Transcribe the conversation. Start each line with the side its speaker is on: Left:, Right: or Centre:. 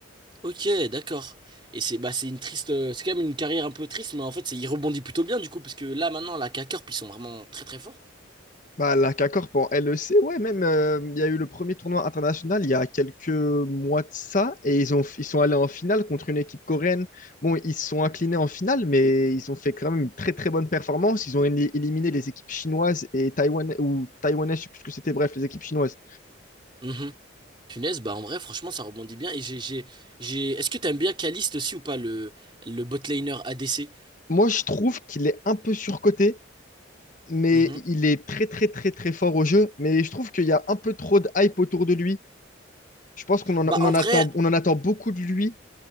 Right: Ok, d'accord. Et c'est bah, c'est une triste, euh, c'est quand même une carrière un peu triste, mais en fait, c'est- il rebondit plutôt bien du coup, parce que là maintenant, la K-Corp, ils sont vraiment très très forts.
Left: Bah, la CACORP en LEC, ouais, même, euh, il y a eu le premier tournoi international il y a quelques mois de ça, et ils ont, ils sont allés en finale contre une équipe coréenne. Bon, ils se sont inclinés en finale, mais ils ont fait quand même une très très bonne performance. Ils ont éli- éliminé les équipes chinoises et taïwanaises, ou taïwanaises, je sais plus ce que c'était, bref, les équipes chinoises.
Right: Mhm. Punaise, bah en vrai, franchement, ça rebondit bien. Et j'ai, j'ai, j'ai... Est-ce que t'aimes bien Caliste aussi ou pas, le, le botlaner ADC?
Left: Moi, je trouve qu'il est un peu surcoté, mais
Right: Mhm.
Left: il est très très très très fort au jeu, mais je trouve qu'il y a un peu trop de hype autour de lui. Je pense qu'on en,
Right: Bah
Left: a- on
Right: en
Left: en
Right: vrai,
Left: attend, on en attend beaucoup de lui,